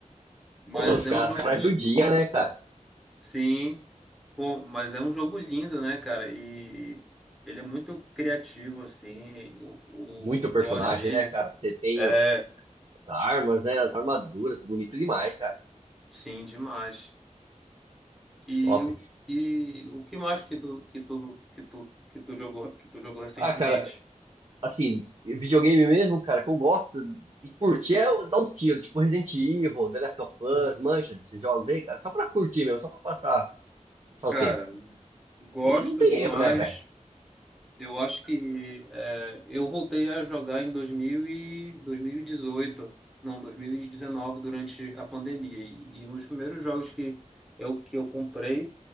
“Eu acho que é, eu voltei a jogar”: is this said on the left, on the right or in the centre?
Centre